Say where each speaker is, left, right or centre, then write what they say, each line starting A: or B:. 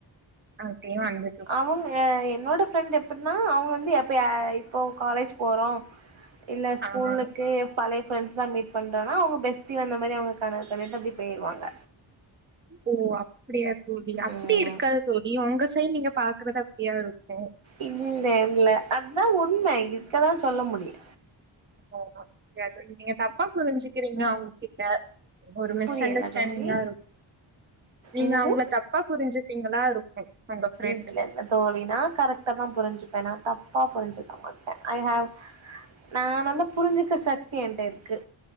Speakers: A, on the right (about 25°); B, on the right (about 80°).
A: அப்டியே வந்து
B: அவங்க அ என்னோட ஃப்ரெண்ட் அப்டின்னா அவங்க வந்து எப்பயா இப்போது காலேஜ் போறோ இல்ல ஸ்கூலுக்கு
A: ஆ
B: பழைய ஃப்ரண்ட்ஸ் தா மீட் பண்றனா அவங்க பெஸ்டி வந்த மாரி அவங்க கனவு கண்டுட்டு அப்டி போயிருவாங்க
A: ஓ அப்டியா தோழி அப்டி
B: ம்
A: இருக்காது தோழி உங்க சைட் நீங்க பா க்குறது அப்டிய இருக்கு
B: இல்ல இல்ல அதா உண்ம இருக்க தா சொல்ல முடியு
A: ஓ அப்டியா நீங்க தப்பா புரிஞ்சுக்கிறீங்க அவுங்ககிட்ட ஒரு மிஸ்
B: புரியல
A: அண்டர்ஸ்டாண்டிங்கா
B: தோழி
A: இருக்கு நீங்க
B: என்னது
A: அவுங்கள தப்பா புரிஞ்சு ருப்பீங்ளா இருக்கு உங்க ஃப்ரெண்ட்
B: இல்லல்ல தோழி நா கரெ க்ட்டாதான் புரிஞ்சுப்பன் நா தப்பா புரிஞ்சுக்க மாட்டன் ஐ கெவ் நா வந்து புரிஞ்சுக்க சக்தி என்ட்ட இருக்கு